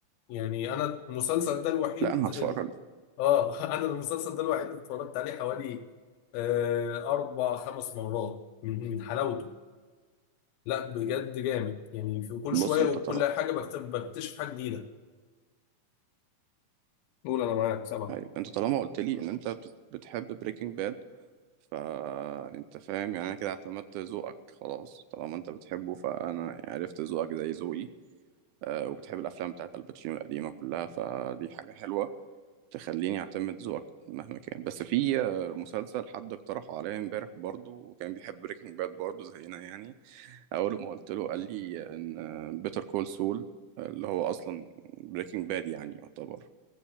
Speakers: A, on the left; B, on the right.
A: يعني انا المسلسل ده الوحيد
B: لا انا هتفرج
A: ال- اه <laughs> انا المسلسل ده الوحيد اللي اتفرجت عليه حوالي آه اربع خمس مرات من من حلاوته لا بجد جامد يعني في كل
B: بص
A: شويه
B: انت
A: وكل
B: طالما
A: حاجه بكت- بكتشف حاجه جديده قول انا معاك سامع
B: ايوه انت طالما قلت لي ان انت بت- بتحب بريكنج باد فانت فاهم يعني انا كده اعتمدت ذوقك خلاص طالما انت بتحبه فانا عرفت ذوقك زي ذوقي آه، وبتحب الافلام بتاعت الباتشينو القديمه كلها فدي حاجه حلوه تخليني اعتمد ذوقك مهما كان بس في آه، مسلسل حد اقترحه عليا امبارح برضو وكان بيحب بريكنج باد برضو زينا يعني اول ما قلت له قال لي ان بيتر كول سول اللي هو اصلا بريكنج باد يعني يعتبر